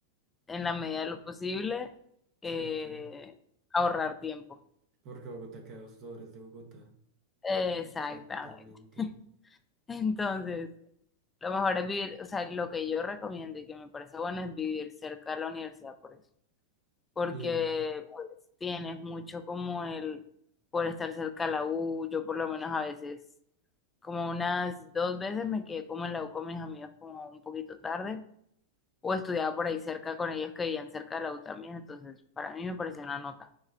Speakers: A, on the left (about 15°); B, on the right (about 45°).
A: en la medida de lo posible,
B: Cerca,
A: eh, ahorrar
B: ¿no?
A: tiempo.
B: porque Bogotá queda a dos horas de Bogotá,
A: Exactamente.
B: exactamente.
A: <laughs> Entonces, Lo mejor es vivir, o sea, lo que yo recomiendo y que me parece bueno es vivir cerca de la universidad por eso, porque
B: Y,
A: pues tienes mucho como el, por estar cerca de la U, yo por lo menos a veces, como unas dos veces me quedé como en la U con mis amigos como un poquito tarde, o estudiaba por ahí cerca con ellos que vivían cerca de la U también, entonces para mí me pareció una nota.